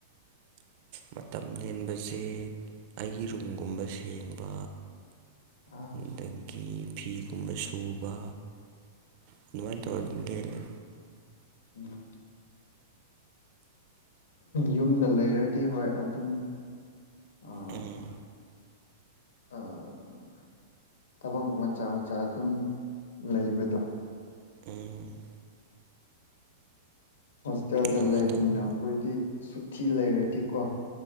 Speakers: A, on the right; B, on the left.
A: ꯃꯇꯝ ꯂꯦꯟꯕꯁꯤ ꯑꯩꯒꯤ ꯔꯨꯝꯒꯨꯝꯕ ꯁꯦꯡꯕ
B: ꯑꯥ
A: ꯑꯗꯒꯤ ꯐꯤꯒꯨꯝꯕ ꯁꯨꯕ ꯑꯗꯨꯃꯥꯏꯅ ꯇꯧꯔꯒ ꯂꯦꯜꯂꯦ
B: ꯎꯝ ꯌꯨꯝꯗ ꯂꯩꯔꯗꯤ ꯍꯣꯏ ꯑꯗꯨꯝ ꯑꯥ
A: ꯎꯝ
B: ꯑꯥ ꯊꯕꯛ ꯃꯆꯥ ꯃꯆꯥ ꯑꯗꯨꯝ ꯂꯩꯕꯗꯣ
A: ꯎꯝ
B: ꯍꯣꯁꯇꯦꯜꯗ
A: ꯑꯗꯨꯃꯥꯏꯅ
B: ꯂꯩꯕꯅꯤꯅ
A: ꯇꯧꯔ
B: ꯑꯩꯈꯣꯏꯗꯤ ꯁꯨꯇꯤ ꯂꯩꯔꯗꯤꯀꯣ